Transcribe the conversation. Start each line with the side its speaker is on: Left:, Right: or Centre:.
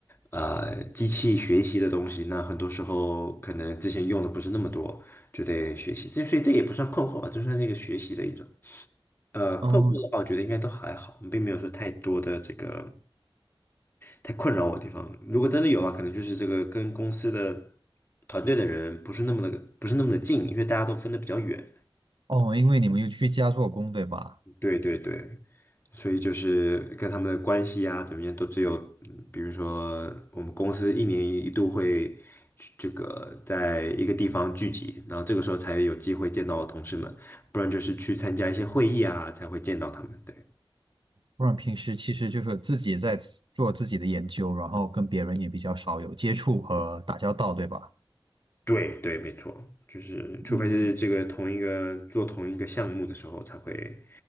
Left: 呃机器学习的东西，那很多时候可能之前用的不是那么多，就得学习，这所以这也不算困惑吧，就算是一个学习的一种。呃，
Right: 嗯，
Left: 困惑的话，我觉得应该都还好，并没有说太多的这个太困扰我的地方。如果真的有啊，可能就是这个跟公司的团队的人不是那么的不是那么的近，因为大家都分的比较远。
Right: 哦，因为你们又居家做工，对吧？
Left: 对对对，所以就是跟他们的关系啊，怎么样，都只有，嗯比如说我们公司一年一度会去这个在一个地方聚集，然后这个时候才有机会见到同事们，不然就是去参加一些会议啊，才会见到他们。对
Right: 不然平时其实就是自己在自做自己的研究，然后跟别人也比较少有接触和打交道，对吧？
Left: 对对，没错，就是除非是这个同一个做同一个项目的时候才会
Right: 嗯